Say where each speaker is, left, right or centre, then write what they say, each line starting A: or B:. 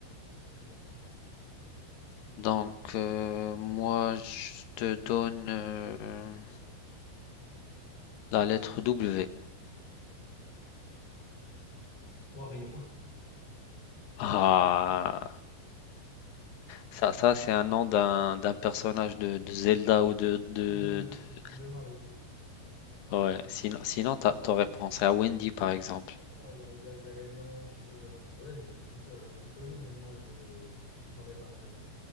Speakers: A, on the left; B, on the left.
A: Ok.
B: Donc, euh, moi, je te donne euh, la lettre W.
A: Wario. <laughs>
B: Ah, ça, ça c'est un nom d'un d'un personnage de, de Zelda ou de, de,
A: De,
B: de-
A: de Mario.
B: Ouais, sinon, sinon t'a- t'aurais pensé à Wendy, par exemple.
A: Oh, aïe, aïe, aïe, aïe, aïe, non. je- euh, ouais, je- bien sûr, j'aurais les connu, mais non, j'ai, j'aurais zappé.